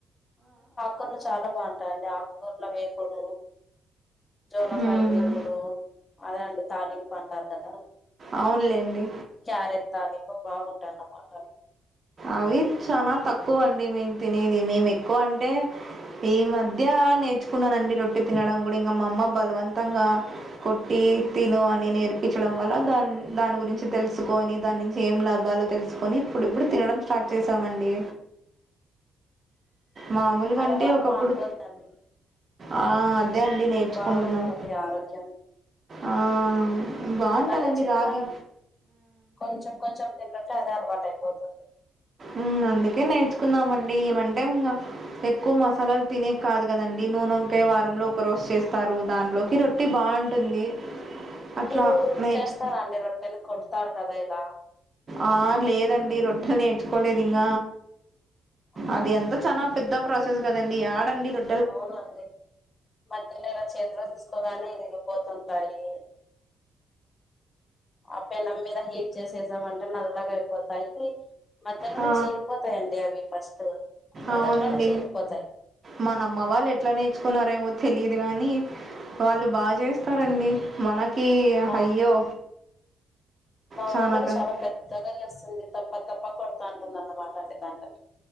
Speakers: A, on the left (about 25°); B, on the right (about 30°).
A: కొత్త చాట్ బాగుంటాయిడి ఆకుకూరల వేకుడు. జోలాకాయలు
B: మ్మ్.
A: వేపుడు అద అండి తాలింపు అంటారు కదా,
B: అవునులేండి.
A: క్యారెట్ తాలింపు బాగుంటాయి అన్నమాట,
B: అవి చాల తక్కువ అండి మేము తినేది మేము ఎక్కువ అంటే, ఈ మధ్య నేర్చుకున్నానండి రొట్టి తినడం కూడా ఇంకా మా అమ్మ బలవంత, తంగా కొట్టి తిను అని నేర్పించడం వల్ల దాని దాని గురించి, తెల్సుకొనీ దాని నుంచి ఏం లాభలో తెల్సుకోని ఇప్పుడు ఇప్పుడు తినడం స్టార్ట్ చేసామండి. మామూలు
A: అలవాటు
B: గంటే ఒకప్పుడు
A: మానుకోవద్దండి
B: ఆహ్, అదే అండి నేర్చుకుంటున్నాం
A: బాగుంటుంది ఆరోగ్యం
B: ఆహ్ బాగుంటదండి
A: అలాగే చిన్నగా
B: రాగీ,
A: కొంచెం కొంచెం తినట్టే అదే అలవాటు అయిపోతుంది.
B: ఉమ్మ్ అందుకే నేర్చుకున్నామండి ఇమంటెంగ్, ఎక్కువ మసాలాలు తినే కాదు గదండి నూనోంకా య్ వారంలో ఒక రోజు చేస్తారు దాంట్లోకి రొట్టు. ట్టి బాగుంటుంది. అట్లా
A: మీరూ
B: నేర్చు
A: చేస్తారండి రొట్టెలు కొడతారు కదా ఇలా.
B: ఆహ్ లేదండి రొట్టెలు నేర్చుకోలేదు ఇంగ
A: అవునా
B: అది ఎంతొ చానా. పెద్ద ప్రాసెస్ గదండి ఆడండి రో
A: అవునండి మధ్య ఇలా చేతిలో తీసుకోగానే విరిగిపోతుంటాయి. ఆ పెనం మీద హీట్ చేసేసాం అంటే నల్లగ అయిపోతాయి మధ్యలోనే
B: ఆ
A: చీలిపోత, తాయిండి అవి ఫస్ట్ మొదట్లోనే
B: అవునండి
A: చీ లిపోతాయి.
B: మన అమ్మ వాళ్ళు ఎట్లా నేర్చుకున్నారేమో తెలిదు గాని. వాళ్ళు బాగా
A: అవునండి
B: చేస్తారండి మనకీ
A: మా
B: అయ్యో,
A: మా
B: చానా
A: మొగుడు
B: కష్టం
A: చాలా పెద్దగా చేస్తుంది తప్ప తప్ప కొడుతా అంటుందిన్నమాట అండి దాన్లోకి.